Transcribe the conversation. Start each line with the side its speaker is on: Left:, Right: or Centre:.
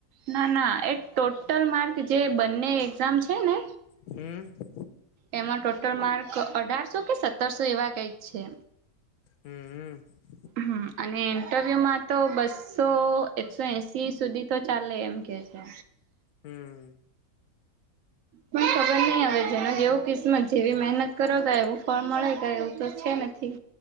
Right: ના ના એ ટોટલ માર્ક જે બંને એક્ઝામ છે ને.
Left: હમ.
Right: એમાં ટોટલ માર્ક અઢારસો કે સત્તરસો એવા કઈક છે.
Left: હમ. હમ્મ.
Right: હમ અને ઇન્ટરવ્યુ માં તો બસ્સો. એકસો એસી સુધી તો ચાલે એમ કે છે.
Left: હમ્મ.
Right: પણ ખબર નહ હવે જેનો જેવું કિસ્મત જેવી. મહેનત કરો ગાય એવું ફળ મળે ગાય એવું તો છે નથી.